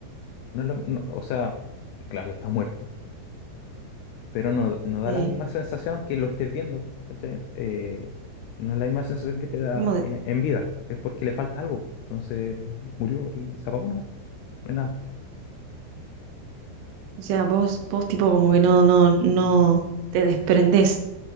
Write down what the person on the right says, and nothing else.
sí,
como de-
o sea, vos, vos tipo como que no, no, no te desprendés